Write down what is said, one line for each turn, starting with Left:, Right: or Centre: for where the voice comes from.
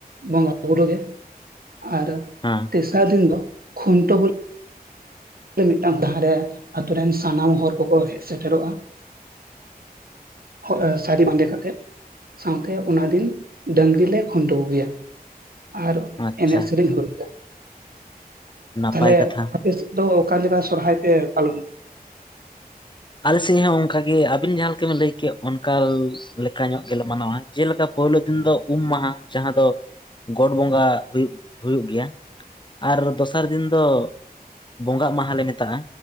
Right: ᱵᱚᱸᱜᱟ ᱵᱩᱨᱩ ᱜᱮ ᱟᱨ
Left: ᱦᱮᱸ
Right: ᱛᱮᱥᱟᱨ ᱫᱤᱱ ᱫᱚ ᱠᱷᱩᱱᱴᱟ <unintelligible> <inaudible> ᱢᱤᱫ ᱴᱟᱝ ᱫᱷᱟᱨᱮ ᱟᱛᱳ ᱨᱮᱱ ᱥᱟᱱᱟᱢ ᱦᱚᱲ ᱠᱚ ᱠᱚ ᱦᱮᱡ ᱥᱮᱴᱮ ᱨᱚᱜ-ᱟ <inaudible> ᱦᱳᱭ ᱥᱟᱹᱨᱤ ᱵᱟᱸᱫᱮ ᱠᱟᱛᱮᱫ ᱥᱟᱶᱛᱮ ᱚᱱᱟ ᱫᱤᱱ ᱰᱟᱹᱝᱨᱤ ᱞᱮ ᱠᱷᱩᱱ ᱴᱟᱹᱣ ᱠᱚ ᱜᱮᱭᱟ ᱟᱨ
Left: ᱟᱪᱪᱷᱟ
Right: ᱮᱱᱮᱡ ᱥᱮᱨᱮᱧ <inaudible>
Left: ᱱᱟᱯᱟᱭ
Right: ᱛᱟᱦᱞᱮ
Left: ᱠᱟᱛᱷᱟ
Right: ᱟᱯᱮ ᱥᱮᱫ ᱫᱚ ᱚᱠᱟ ᱞᱮᱠᱟ ᱥᱚᱨ ᱦᱟᱭ ᱯᱮ ᱯᱟᱞᱚᱱ
Left: ᱟᱞᱮ ᱥᱮᱫ ᱦᱚᱸ ᱚᱱᱠᱟ ᱜᱮ ᱟᱹᱵᱤᱱ ᱡᱟᱦᱟ ᱞᱮᱠᱟ ᱵᱤᱱ ᱞᱟᱹᱭ ᱠᱮᱜ ᱚᱱᱠᱟ ᱞᱮᱠᱟ ᱧᱚᱜ ᱜᱮ ᱞᱮ ᱢᱟᱱᱟ ᱣᱟ ᱡᱮᱞᱮ ᱠᱟ ᱯᱳᱭᱞᱳ ᱫᱤᱱ ᱫᱚ ᱩᱢ ᱢᱟᱦᱟ ᱡᱟᱦᱟ ᱫᱚ ᱜᱚᱴ ᱵᱚᱸᱜᱟ ᱦᱩᱭᱩᱜ ᱦᱩᱭᱩᱜ ᱜᱮᱭᱟ ᱟᱨ ᱫᱚᱥᱟᱨ ᱫᱤᱱ ᱫᱚ ᱵᱚᱸᱜᱟᱜ ᱢᱟᱦᱟ ᱞᱮ ᱢᱮᱛᱟᱜ-ᱟ